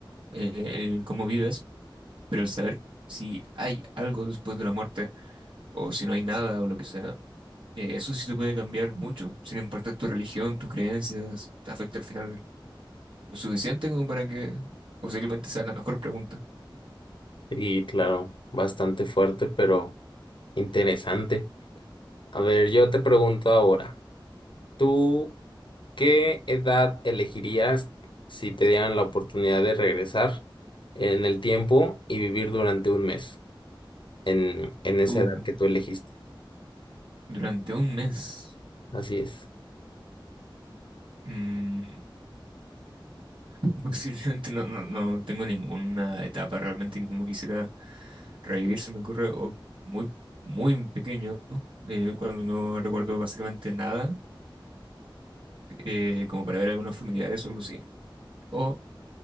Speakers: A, on the right (about 70°); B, on the left (about 65°).
A: eh, el cómo vives, pero el saber si hay algo después de la muerte o si no hay nada o lo que sea, eh, eso sí te puede cambiar mucho, sin importar tu religión, tus creencias, te afecta al final lo suficiente como para que posiblemente sea la mejor pregunta.
B: Y claro, bastante fuerte, pero interesante. A ver, yo te pregunto ahora, ¿tú qué edad elegirías si te dieran la oportunidad de regresar en el tiempo y vivir durante un mes en, en esa
A: Uh,
B: edad que tú elegiste?
A: durante un mes.
B: Así es.
A: Mm, <laughs> posiblemente no, no, no tengo ninguna etapa realmente que como quisiera revivir, se me ocurre, o muy, muy pequeño, ¿no? Eh, cuando no recuerdo básicamente nada, eh, como para ver algunos familiares o algo así, o